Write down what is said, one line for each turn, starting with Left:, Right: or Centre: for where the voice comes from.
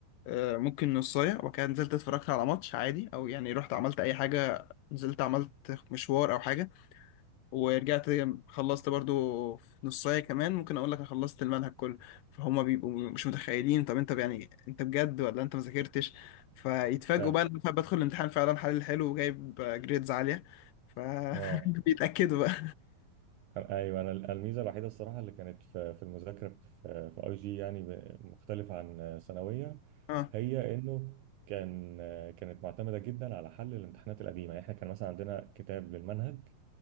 Left: آه، ممكن نصاية وكده نزلت اتفرجت على ماتش عادي او يعني رحت عملت اي حاجة نزلت عملت مشوار او حاجة ورجعت خلصت برضو في نصاية كمان ممكن اقول لك أنا خلصت المنهج كله فهم بيبقوا مش متخيلين طب انت يعني انت بجد ولا انت ما ذاكرتش فيتفاجئوا
Right: فاهم
Left: بقى ان انا بدخل الامتحان فعلا حلل حلو وجايب جريدز عالية ف
Right: اه
Left: بيتأكدوا <laughs> بقى
Right: ايوه انا الميزه الوحيده الصراحه اللي كانت في في المذاكره في في اي جي يعني ب- مختلفه عن ثانويه
Left: اه
Right: هي انه كان كانت معتمده جدا على حل الامتحانات القديمه يعني احنا كان مثلا عندنا كتاب للمنهج